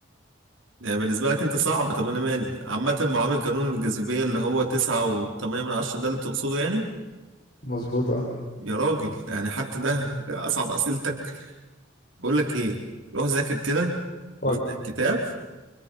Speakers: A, on the right; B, on the left.
A: يعني بالنسبة لك انت صعب طب انا مالي عامة معامل قانون الجاذبية اللي هو تسعة وتمانية من عشرة ده اللي تقصده يعني
B: مظبوط اه
A: يا راجل يعني حتى ده اصعب اسئلتك بقول لك ايه روح ذاكر كده
B: قول.
A: وافتح الكتاب